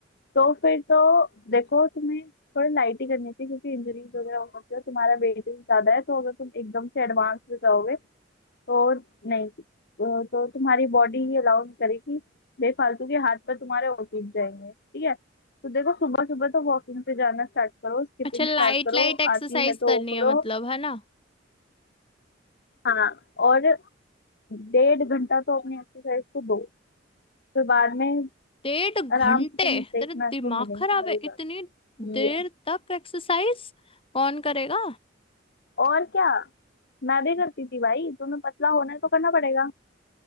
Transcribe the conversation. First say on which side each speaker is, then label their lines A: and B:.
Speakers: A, on the left; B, on the left.
A: तो फिर तो देखो तुम्हें थोड़ा लाइट ही करनी चाहिए क्योंकि इंजरीज वगैरह हो सकती है तुम्हारा वेट भी ज्यादा है तो अगर तुम एकदम से एडवांस में जाओगे तो नहीं तो तो तुम्हारी बॉडी ही अलाउ नहीं करेगी बेफालतू के हाथ पर तुम्हारे ओटीज जाएंगे ठीक है तो देखो सुबह सुबह तो वॉकिंग पे जाना स्टार्ट करो स्किपिंग
B: अच्छा लाइट
A: स्टार्ट करो
B: लाइट एक्सरसाइज
A: आती है तो
B: करनी
A: वो
B: है
A: करो
B: मतलब है ना
A: हाँ और डेढ़ घंटा तो अपनी एक्सरसाइज को दो फिर बाद में
B: डेढ़ घंटे
A: आराम से तुम देखना
B: तेरा दिमाग
A: इसको मिलेंगे
B: खराब
A: तुम्हें
B: है
A: रिजल्ट
B: इतनी देर
A: ये
B: तक एक्सरसाइज कौन करेगा
A: और क्या मैं भी करती थी भाई तुम्हें पतला होना है तो करना पड़ेगा